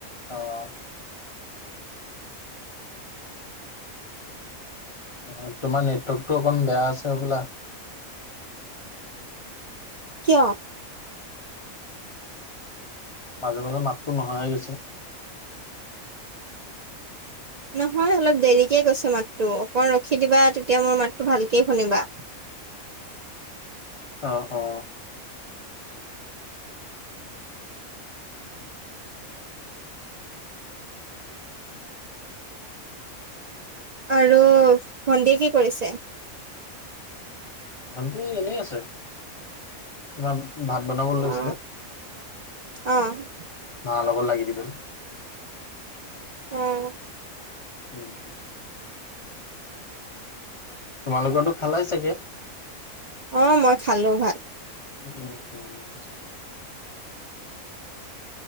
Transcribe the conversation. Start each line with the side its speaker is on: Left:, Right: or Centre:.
Left: অ'। অ', তোমাৰ নেটৱৰ্কটো অকন বেয়া আছে হ'বলা।
Right: কিয়।
Left: মাজে- মাজে মাততো নহা হৈ গৈছে।
Right: নহয় অলপ দেৰিকে গৈছে মাতটো, অকণ ৰখি দিবা তেতিয়া মোৰ মাতটো ভালকে শুনিবা।
Left: অ', অ'।
Right: আৰু ভণ্টীয়ে কি কৰিছে।
Left: ভণ্টি এনেই আছে, তোমাৰ ভাত বনাব লৈছিলে।
Right: অ অ'।
Left: মাৰ লগত লাগি দিব
Right: অ'।
Left: উম। তোমালোকৰতো খালাই চাগে।
Right: অ', মই খালো ভাত।
Left: <unintelligible>